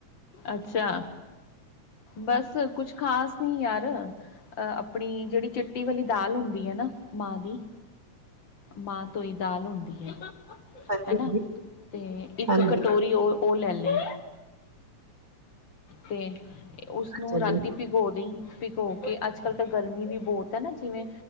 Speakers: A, on the left; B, on the right.
A: ਅੱਛਾ ਬਸ ਕੁਛ ਖਾਸ ਨੀ ਯਾਰ ਅਹ ਆਪਣੀ ਜਿਹੜੀ ਚਿੱਟੀ ਵਾਲੀ ਦਾਲ ਹੁੰਦੀ ਹੈ ਨਾ ਮਾਂ ਦੀ। ਮਾਂ ਤੋਈ ਦਾਲ ਹੁੰਦੀ ਹੈ
B: ਹਾਂਜੀ
A: ਹਨਾ ਤੇ ਇੱਕ
B: ਹਾਂਜੀ
A: ਕ
B: ਹਾਂਜੀ
A: ਟੋਰੀ ਉਹ, ਉਹ ਲੈ ਲੀ। ਤੇ ਉਸਨੂੰ
B: ਅੱਛਾ ਜੀ
A: ਰਾਤੀ ਭਿਗੋ ਦੀ ਭਿਗੋ ਕੇ ਅੱਜ ਕੱਲ੍ਹ ਤੇ ਗਰਮੀ ਵੀ ਬਹੁਤ ਐ ਨਾ ਜਿਵੇਂ